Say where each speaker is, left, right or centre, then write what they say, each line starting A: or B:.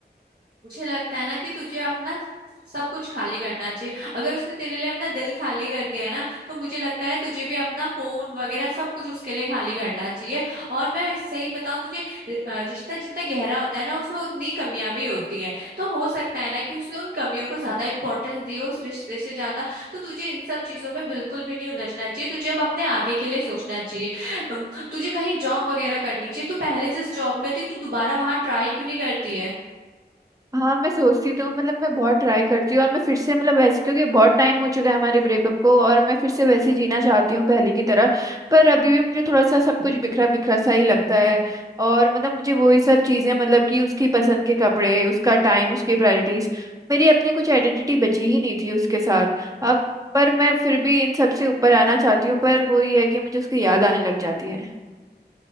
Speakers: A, on the right; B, on the right.
A: मुझे लगता है ना कि तुझे अपना सब कुछ खाली करना चाहिए अगर उसने तेरे लिए अपना दिल खाली कर दिया ना तो मुझे लगता है तुझे भी अपना फोन वगैरह सब कुछ उसके लिए खाली करना चाहिए और मैं सही बताऊं तुझे रि- अ, रिश्ता जितना गहरा होता है ना उसमें उतनी कमियां भी होती हैं तो हो सकता है ना कि उसने उन कमियों को ज्यादा इंपॉर्टेंस दी हो उस रिश्ते से ज्यादा तो तुझे इन सब चीजों में बिल्कुल भी नहीं उलझना चाहिए तुझे अब अपने आगे के लिए सोचना चाहिए अम, तुझे कहीं जॉब वगैरह करनी चाहिए तू पहले जिस जॉब में थी तू दोबारा वहां ट्राई क्यों नहीं करती है
B: हाँ मैं सोचती तो हूँ मतलब मैं बहुत ट्राई करती हूँ और मैं फिर से मतलब वैसे क्योंकि बहुत टाइम हो चुका है हमारे ब्रेकअप को और मैं फिर से वैसे ही जीना चाहती हूँ पहले की तरह पर अभी भी मुझे थोड़ा सा सब कुछ बिखरा बिखरा सा ही लगता है और मतलब मुझे वही सब चीज़ें मतलब कि उसकी पसंद के कपड़े उसका टाइम उसकी प्रायोरिटीज मेरी अपनी कुछ आइडेंटिटी बची ही नहीं थी उसके साथ अब पर मैं फिर भी इन सब से ऊपर आना चाहती हूँ पर वो ये है कि मुझे उसकी याद आने लग जाती है